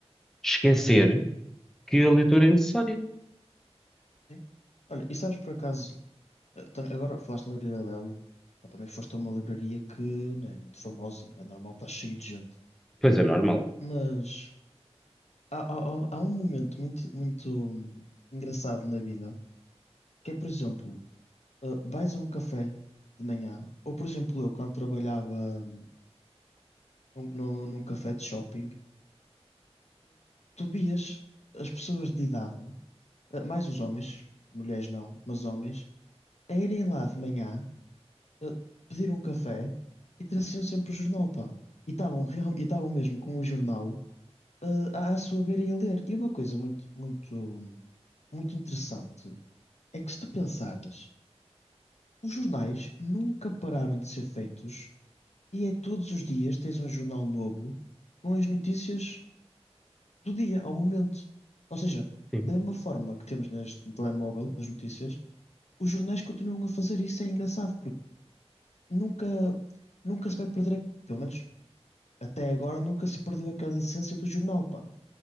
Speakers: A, in the centre; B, on the left (about 80°).
A: esquecer que a leitura é necessária.
B: sim. Olha, e sabes por acaso Eh, tam- Agora falaste na livraria Lelo, mas também foste a uma livraria que não é muito famosa, é normal, está cheio de gente.
A: Pois é, normal.
B: Mas há, há- há- há um momento muito, muito hum, engraçado na vida, que é, por exemplo, eh, vais a um café de manhã, ou por exemplo, eu quando trabalhava hum, num, num- num café de shopping, tu vias as pessoas de idade, eh, mais os homens, mulheres não, mas homens, a irem lá de manhã uh, pedir um café e traziam sempre o jornal, pá. E estavam real- e estavam mesmo com o jornal uh, à, à sua beira e a ler. E uma coisa muito, muito, muito interessante é que se tu pensares, os jornais nunca pararam de ser feitos e é todos os dias tens um jornal novo com as notícias do dia, ao momento. Ou seja,
A: Sim.
B: da mesma forma que temos neste no telemóvel as notícias, os jornais continuam a fazer isso, é engraçado, porque nunca nunca se vai perder, a- pelo menos Até agora nunca se perdeu aquela essência do jornal, pá.